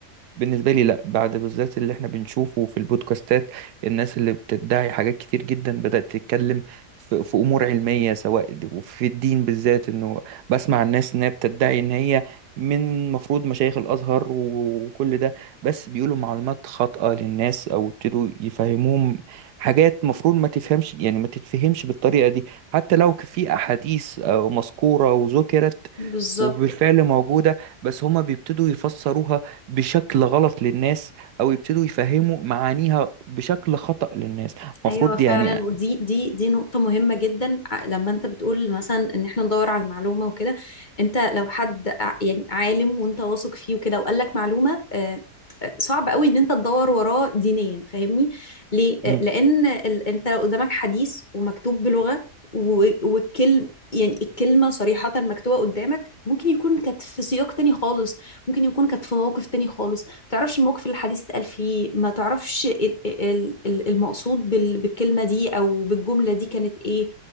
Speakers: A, on the right; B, on the left.
A: بالنسبة لي لا بعد بالذات اللي احنا بنشوفه في البودكاستات الناس اللي بتدعي حاجات كتير جدا بدأت تتكلم في, في أمور علمية سواء وفي الدين بالذات إنه بسمع الناس إنها بتدعي إن هي من المفروض مشايخ الأزهر و- وكل ده بس بيقولوا معلومات خاطئة للناس أو ابتدوا يفهموهم حاجات مفروض ما تفهمش يعني ما تتفهمش بالطريقة دي حتى لو في أحاديث آه، مذكورة وذكرت
B: بالظبط
A: وبالفعل موجودة بس هما بيبتدوا يفسروها بشكل غلط للناس او يبتدوا يفهموا معانيها بشكل خطأ للناس المفروض
B: ايوه فعلا
A: يعني
B: ودي دي دي نقطة مهمة جدا ع- لما انت بتقول مثلا ان احنا ندور على المعلومة وكده انت لو حد ع- يعني عالم وانت واثق فيه وكده وقال لك معلومة آه، آه، صعب قوي ان انت تدور وراه دينيا فاهمني ليه
A: مم.
B: آه، لان ال- انت لو قدامك حديث ومكتوب بلغة و- والكلم يعني الكلمة صريحة مكتوبة قدامك ممكن يكون كانت في سياق تاني خالص ممكن يكون كانت في موقف تاني خالص تعرفش الموقف اللي الحديث اتقال فيه ما تعرفش ال- ال- ال- المقصود بال- بالكلمة دي أو بالجملة دي كانت إيه